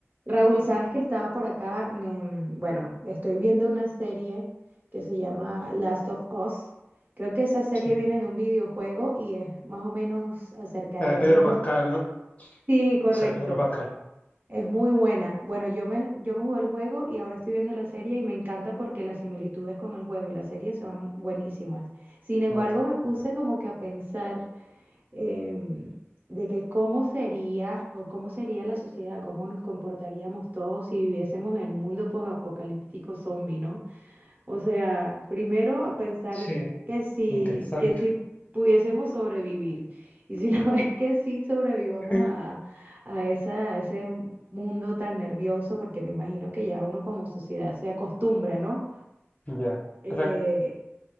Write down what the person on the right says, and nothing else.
Raúl, sabes que estaba por acá, em, bueno, estoy viendo una serie que se llama Last of Us. Creo que esa serie
viene de un videojuego y es más o menos acerca
de
un
mundo.
Sí, correcto.
Es muy buena. Bueno, yo me, yo me jugué el juego y ahora estoy viendo la serie y me encanta porque las similitudes con el juego y la serie son buenísimas. Sin embargo,
me puse como que a pensar em, de que cómo sería o cómo sería la sociedad, cómo nos comportaríamos todos si viviésemos en un mundo posapocalíptico zombie, ¿no? O sea, primero a pensar
que si,
que si pudiésemos sobrevivir y si no <laughs> es que sí sobrevivamos
a, a esa, a ese mundo tan nervioso, porque me imagino que ya uno como sociedad se acostumbra, ¿no?
Eh,